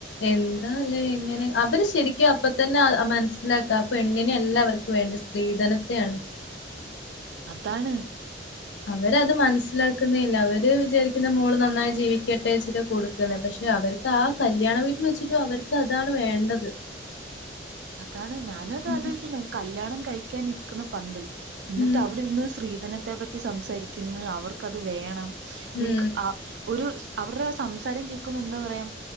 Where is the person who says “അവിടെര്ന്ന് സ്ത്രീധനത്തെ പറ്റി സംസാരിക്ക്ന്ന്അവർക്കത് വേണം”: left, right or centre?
Right